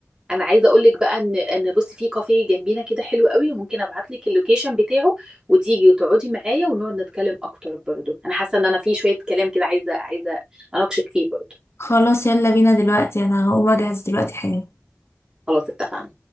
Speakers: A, on the right (about 15°); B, on the left (about 65°).
A: انا عايزه اقول لك بقى ان ان بصي في كافيه جنبينا كده حلو قوي وممكن ابعت لك اللوكيشن بتاعه وتيجي وتقعدي معايا ونقعد نتكلم اكتر برضو انا حاسه ان انا في شويه كلام كده عايزه عايزه اناقشك فيه برضو
B: وخلاص يلا بينا دلوقتي انا هقوم اجهز دلوقتي حالا
A: خلاص اتفقنا